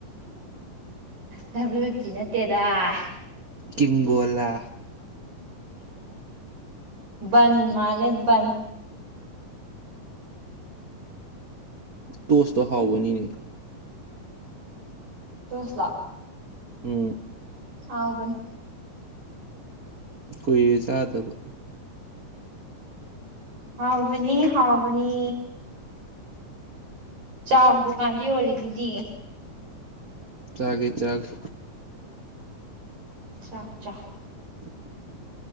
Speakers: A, on the right; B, on the right.
A: ꯕꯂꯨꯇꯤ ꯅꯠꯇꯦꯗ ꯍ
B: ꯀꯒꯣꯂꯥ
A: ꯟ ꯃꯥꯂꯦ ꯟ
B: ꯇꯣꯁꯇ ꯍꯥꯎꯕꯅꯤꯅꯦ
A: ꯇꯣꯁꯂꯥꯛ
B: ꯎꯝ
A: ꯍꯥꯎꯕꯅꯤ
B: ꯀꯣꯏ ꯆꯥꯗ ꯇꯕ
A: ꯍꯥꯎꯕꯅꯤ ꯍꯥꯎꯕꯅꯤ ꯆꯥꯛ ꯗꯨꯀꯥꯟꯗ ꯌꯣꯜꯂꯤꯦꯗꯨꯗꯤ
B: ꯆꯥꯒꯦ ꯆꯒ
A: ꯆꯥꯎ ꯆꯎ꯫
B: <inaudible> <inaudible>